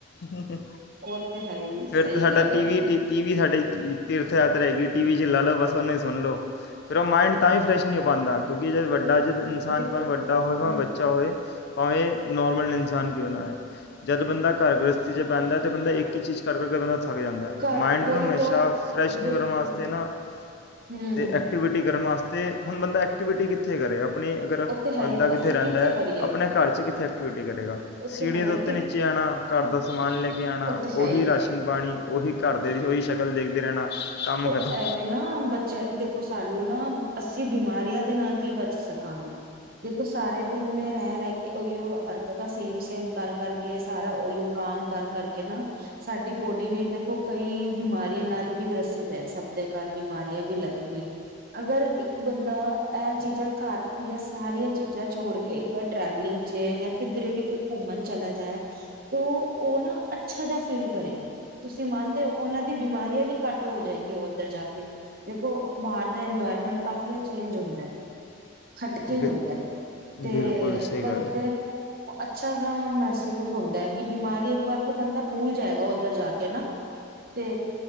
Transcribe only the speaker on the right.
ਉਹ ਤੇ ਹੈ ਹੀ
ਸਹੀ
ਕਹਿ ਰਹੇ
ਹੋ
ਦੇਖੋ
ਹਮ
ਘਰ
ਉਹੀ
ਤੋਂ
ਬਿਲਕੁਲ
ਹੂੰ
ਉਹ ਤੇ ਹੈ
ਹੀ
ਅਸੀਂ
ਕਰੀਏ
ਉਹ
ਤੇ ਹੈ ਹੀ
ਅਸੀਂ
ਤੇ
ਹੈ
ਹੀ
ਤ
ਐਵੇਂ ਨਾ ਬੱਚੇ ਦੇਖੋ ਸਾਨੂੰ ਨਾ ਅੱਸੀ ਬਿਮਾਰੀਆਂ ਦੇ ਨਾਲ ਵੀ ਬਚ ਸਕਾਂਗੇ ਦੇਖੋ ਸਾਰੇ ਦਿਨ ਮ ਰਹਿ ਰਹਿ ਕੇ ਉਓਓ ਹਰਕਤਾਂ ਸੇਮ ਸੇਮ ਕਰ ਕਰਕੇ ਸਾਰਾ ਉਹੀਓ ਕੰਮ ਕਰ ਕਰਕੇ ਨਾ ਸਾਡੀ ਬੋਡੀ ਵੀ ਦੇਖੋ ਕਈ ਬਿਮਾਰੀਆਂ ਨਾਲ ਵੀ ਗ੍ਰਸਿਤ ਹੈ ਸਭ ਦੇ ਘਰ ਬਿਮਾਰੀਆਂ ਵੀ ਲੱਗਆਂ ਅਗਰ ਇੱਕ ਬੰਦਾ ਇਹ ਚੀਜ਼ਾਂ ਘਰ ਜਾਂ ਸਾਰੀਆਂ ਚੀਜ਼ਾਂ ਛੋੜ ਕੇ ਇੱਕ ਵਾਰ ਟਰੈਵਲਿੰਗ ਚ ਜਾਂ ਕਿਧਰੇ ਵੀ ਘੁੰਮਣ ਚਲਾ ਜਾਏ ਤਾਂ ਉਹ ਨਾ ਅੱਛਾ ਜਿਹਾ ਫੀਲ ਕਰੇਗਾ ਤੁਸੀਂ ਮਨ ਤੇ ਉਹਨਾਂ ਦੀ ਬਿਮਾਰੀਆਂ ਵੀ ਘੱਟ ਹੋ ਜਾਏਗੀਆਂ ਉਹ ਉੱਧਰ ਜਾ ਕੇ ਦੇਖੋ ਬਾਹਰ ਦਾ ਇਨਵਾਇਰਮੈਂਟ ਕਾਫੀ ਚੇਂਜ ਹੁੰਦਾ ਹਟਕੇ ਹੀ
ਹੁੰਦਾ ਹੈ।
ਤੇ
ਬੰਦੇ
ਨੂੰ ਅੱਛਾ ਮਹਿਸੂਸ ਹੁੰਦਾ ਕਿ ਬਿਮਾਰੀ ਇੱਕ ਵਾਰ ਕੋਈ ਬੰਦਾ ਬੂਲ ਜਾਏਗਾ ਉੱਧਰ ਜਾ ਕੇ ਨਾ। ਤੇ